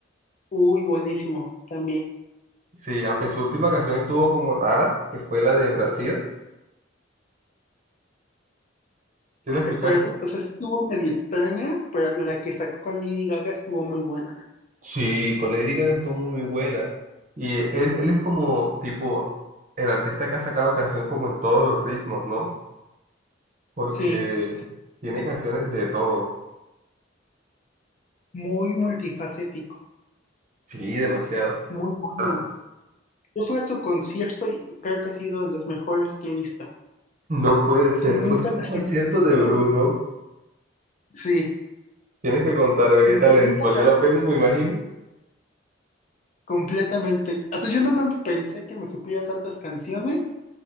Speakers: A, on the left; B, on the right.
A: Uy, buenísimo, también.
B: Sí, aunque su última canción estuvo como rara, que fue la de Brasil. ¿Sí la escuchaste?
A: Ay, Pero, o sea, sí estuvo medio extraña, pero la que sacó con Lady Gaga estuvo muy buena.
B: Sí, con Lady Gaga estuvo muy buena. Y eh, él, él es como, tipo, el artista que ha sacado canción como en todos los ritmos, ¿no? Porque
A: Sí,
B: tiene
A: es
B: canciones de todo.
A: muy multifacético,
B: Sí, demasiado.
A: muy bueno.
B: Ah,
A: Yo fui a su concierto y y creo que ha sido de los mejores que he visto. O
B: No puede ser.
A: sea, nunca
B: Fuiste a un
A: la
B: concierto
A: gente se sentó.
B: de Bruno.
A: Sí,
B: Tienes que contarme
A: sí,
B: qué tal es.
A: nunca
B: ¿Valió
A: la-
B: la pena, me imagino?
A: completamente. O sea, yo no me pensé que me supiera tantas canciones